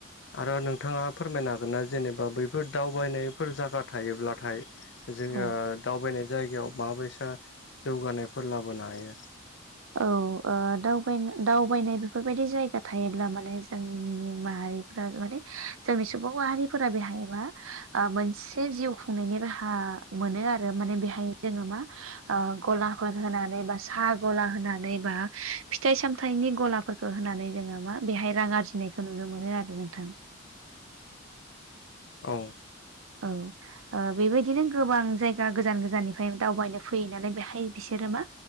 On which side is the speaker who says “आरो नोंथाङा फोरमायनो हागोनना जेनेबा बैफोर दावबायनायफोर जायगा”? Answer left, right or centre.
Left